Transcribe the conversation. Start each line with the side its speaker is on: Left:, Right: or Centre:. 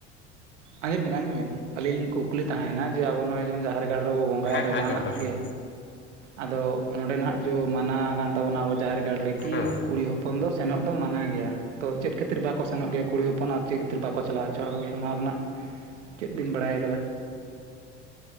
Right: ᱟᱸᱡᱚᱢ ᱵᱤᱱ ᱟᱧᱡᱚᱢ‌ ᱵᱤᱱ ᱟᱹᱞᱤᱧ ᱞᱤᱧ ᱠᱩᱠᱞᱤ ᱛᱟᱦᱮᱱᱟ ᱡᱮ ᱟᱵᱚ ᱱᱚᱜ-ᱚᱭ ᱡᱮᱢᱚᱱ ᱡᱟᱦᱮᱨ ᱜᱟᱲ ᱨᱮᱵᱚ ᱵᱚᱸᱜᱟ
Left: ᱦᱮᱸ
Right: ᱭᱮᱫᱟ
Left: ᱦᱮᱸ
Right: ᱡᱟᱦᱟᱸ
Left: ᱟᱸᱡᱚᱢ
Right: ᱱᱟᱜ
Left: ᱫᱟᱞᱤᱧ
Right: ᱜᱮᱼᱼ ᱟᱫᱚ ᱚᱸᱰᱮ ᱱᱟᱦᱟᱸᱜ ᱡᱚ ᱢᱟᱱᱟ ᱠᱟᱱ ᱛᱟᱵᱚᱱᱟ ᱟᱵᱚ ᱡᱟᱦᱮᱨ ᱜᱟᱲ ᱨᱮᱠᱤ
Left: ᱦᱮᱸ
Right: ᱠᱩᱲᱤ ᱦᱚᱯᱼᱼ ᱦᱚᱯᱚᱱ ᱫᱚ ᱥᱮᱱᱚᱜ ᱫᱚ ᱢᱟᱱᱟ ᱜᱮᱭᱟ᱾ ᱛᱚ ᱪᱮᱫ ᱠᱷᱟᱹᱛᱤᱨ ᱵᱟᱠᱚ ᱥᱮᱱᱚᱜ ᱜᱮᱭᱟ ᱠᱩᱲᱤ ᱦᱚᱯᱚᱱ ᱟᱨ ᱪᱤᱜ ᱠᱷᱟᱹᱛᱤᱨ ᱵᱟᱠᱚ ᱪᱟᱞᱟᱣ ᱦᱚᱪᱚ ᱟᱠᱚ ᱜᱮᱭᱟ ᱚᱱᱟ ᱨᱮᱱᱟᱜᱼᱼ ᱪᱮᱫ ᱵᱤᱱ ᱵᱟᱲᱟᱭ ᱠᱟᱫᱟ?